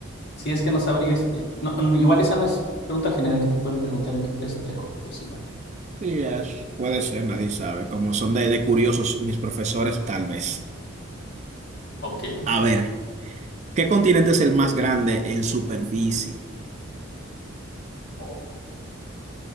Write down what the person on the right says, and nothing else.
Sí, Ash. Puede ser, nadie sabe. Como son de, de curiosos mis profesores, tal vez.
A ver. ¿Qué continente es el más grande en superficie?